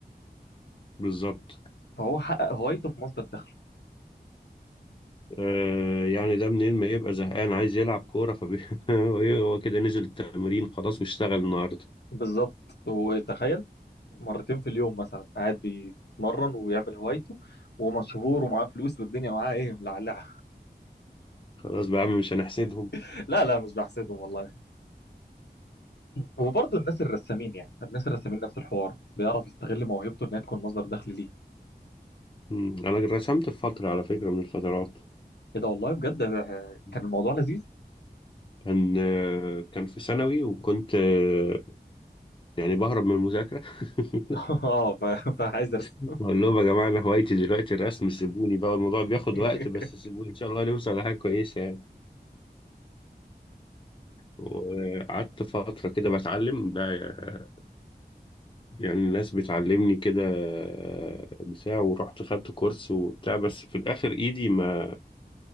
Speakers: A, on the left; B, on the left.
A: بالظبط
B: فهو حقق هوايته في مصدر دخله
A: آه يعني ده منين ما يبقى زهقان عايز يلعب كورة فبي... <laughs> هو كده نزل التمرين خلاص واشتغل النهاردة
B: بالظبط وتخيل مرتين في اليوم مثلا قاعد بيتمرن ويعمل هوايته ومشهور ومعاه فلوس والدنيا معاه ايه ملعلعة
A: خلاص بقى يا عم مش هنحسدهم
B: <laughs> لا لا مش بحسدهم والله وبرضه الناس الرسامين يعني الناس الرسامين نفس الحوار بيعرف يستغل موهبته انها تكون مصدر دخل ليه
A: مم. أنا رسمت في فترة على فكرة من الفترات
B: ايه ده والله بجد آه،
A: مم.
B: كان الموضوع لذيذ
A: كان آه، كان في ثانوي وكنت آه، يعني بهرب من المذاكرة <laughs>
B: <laughs> اه ف- فعايز ارسم
A: بقول لهم يا جماعة أنا هوايتي دلوقتي الرسم سيبوني بقى الموضوع بياخد
B: <laughs>
A: وقت بس سيبوني إن شاء الله نوصل لحاجة كويسة يعني وقعدت فترة كده بتعلم بقى يعني الناس بتعلمني كده آه، بتاع ورحت خدت كورس وبتاع بس في الآخر إيدي ما